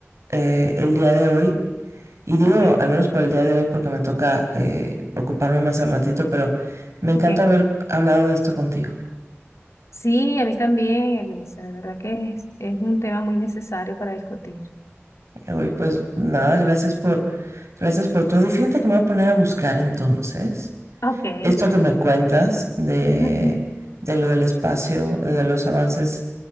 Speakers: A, on the right (about 80°); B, on the left (about 85°).
A: eh, el día de hoy, y digo
B: ok,
A: al menos por el día de hoy porque me toca eh, ocuparme más al ratito, pero me encanta
B: ok.
A: haber hablado de esto contigo.
B: Sí, a mí también, Elisa, de verdad que es, es un tema muy necesario para discutir.
A: Uy, pues nada, gracias por, gracias por todo. Y fíjate que me voy a poner a buscar entonces
B: Ok.
A: esto que me cuentas de,
B: ujú,
A: de lo del espacio, de los avances